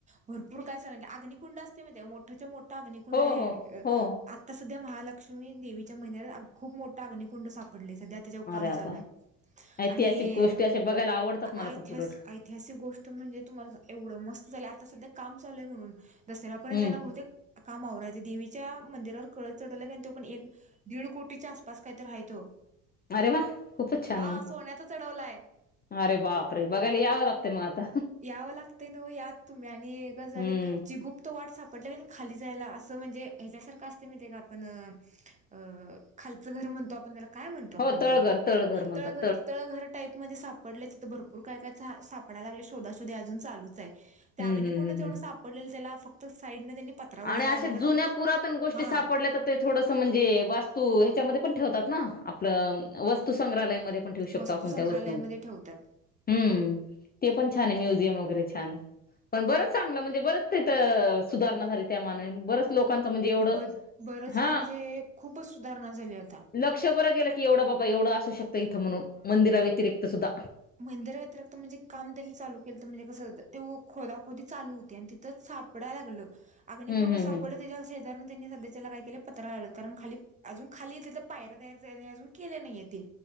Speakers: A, on the right; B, on the left.
A: भरपूर काय सांगले अग्नकुंड असते म ते मोठच्या मोठ अग्निकुंड
B: हो
A: ये
B: हो हो
A: तरता सध्या महालक्ष्मी देवीच्या मंदिरात खूप मोठा अग्निकुंड साप पडली सध्या त्याच्यावर काम
B: अरे
A: चालू
B: आबा
A: आहे
B: ऐतिहासिक
A: आणि
B: गोष्टी अशा बघायला आवडतात मला
A: ऐतिहास
B: खूप उलट
A: ऐतिहासिक गोष्ट म्हणजे तुम्हाला एवढं मस्त झालं आता सध्या काम चालूय म्हणून दसऱ्यापर्यंत
B: हम्म
A: त्यांना बहुतेक काम आवरायचं देवीच्या मंदिरावर कळत चढवलं कार तो पण एक दीड कोटीच्या आसपास काय तर हाये त्यो
B: अरे वा खूपच छान
A: हा
B: मग
A: सोन्याचा चढवलाय.
B: अरे बाप रे बघायला यावर लागते मग आता
A: यावं लागते न यात तुम्ही आणि ग
B: हम्म
A: झाले आहे जी गुप्त वाट साप आपटलं की खाली जायला असं म्हणजे ह्याच्यासारखं असते माीती आहे का आपण अ खालचं घर म्हणतो आपण त्याला काय म्हणतो आपण
B: हो तळघर
A: त्याला
B: म्हणतात
A: तळघर तळघर टाईप मध्ये सापड भरपूर काय काय सापडय लाग शोधशोधे अजून चालूच आहे ते
B: हम्म
A: अग्कुंड
B: हम्म हम्म
A: तेवढं
B: हम्म.
A: सापडले त्याला... फक्त साईड न त्यांनी पत्रा वगैरे
B: आणि अशा
A: लावलाय कारण
B: जुन्या पुरातन गोष्टी
A: हा
B: सापडल्या तें थोडसं म्हणजे वास्तू ह्याच्यामध्ये पण ठरत तात न आपल वस्तू संग्रहलया मध्ये पण ठेऊ
A: वस्तू
B: शकतो आपन
A: संग्रहालयमध्ये
B: त्या वस्तू.
A: ठेवतात
B: हम्म ते पण छान आहे म्युझियम वगैरे छान पण बरच चांगलं म्हणज तें बरच काय त, सुधारणा झाली त्या मनानी, बरच लोकांन त म्हणजे एवढं
A: ब बरंच
B: हा
A: म्हणजे खूपच सुधारणा झाली आता
B: लक्ष बर गेलं की एवढं बाबा एवढं असू शकतो त इथं म्हणून मंदिराव्यतिरिक्त सुद्धा
A: मदिर व्यिरिकत म्हणजे काम त्यांनी चालू केलंत कस ते खोदाखोदी चालू होते आणि तिथं सापड्यला लागलं,
B: हम्म
A: अग्निकुंड
B: हम्म
A: सापडलं
B: हम्म
A: त्याच्या शेजारी त्यांनी तें त्याला काय केलं पत्र लावत कारण खाली अजून खाली त्या पायर तयार अजून केले नाही आहेत.